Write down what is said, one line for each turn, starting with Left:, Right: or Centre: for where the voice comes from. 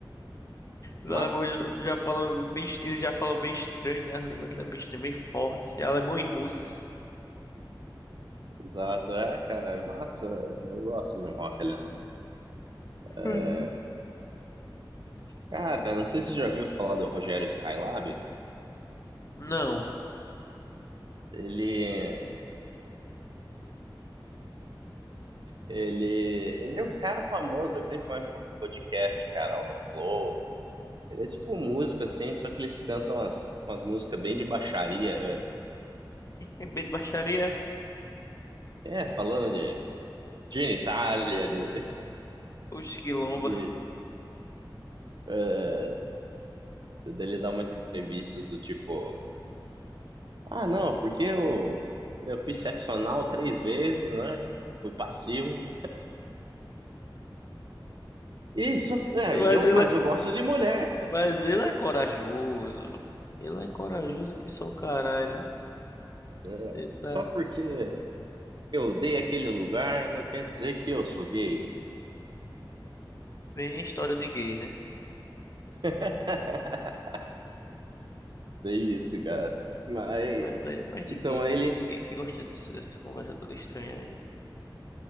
Left: Os
Right: Ma...
Left: alemães já já falam bem, eles já falam bem estranho, né? A língua dele é bem estranha, bem forte. É Alemão e russo.
Right: Exato, é, cara. é Massa. Eu gosto de um rock alemão. É,
Left: Uhum.
Right: Cara, não sei se você já ouviu falar do Rogério Skylab.
Left: Não.
Right: Ele. Ele. Ele é um cara famoso. Ele sempre vai em podcast, cara, lá no Flow. Ele é tipo um músico, assim, só que eles cantam umas, umas músicas bem de baixaria, velho.
Left: É bem de baixaria,
Right: É, falando de genitália, de,
Left: os quilomba.
Right: de é, dele dar umas entrevistas do tipo, ah, não, porque eu, eu fiz sexo anal três vezes, né? Fui passivo. E só, é,
Left: Mas
Right: e eu,
Left: ele,
Right: mas
Left: é-
Right: eu gosto de mulher, cara.
Left: mas ele é corajoso. Ele é corajoso que só o caralho, viu?
Right: É,
Left: Você tá
Right: só porque eu odeio aquele lugar não quer dizer que eu sou gay.
Left: bem história de gay, né?
Right: <laughs> Bem isso, cara. Mas,
Left: Essa conversa aí é mais de
Right: então
Left: gay,
Right: aí
Left: né?
Right: ele,
Left: Gay que gosta disso- dessas conversas todas estranhas aí.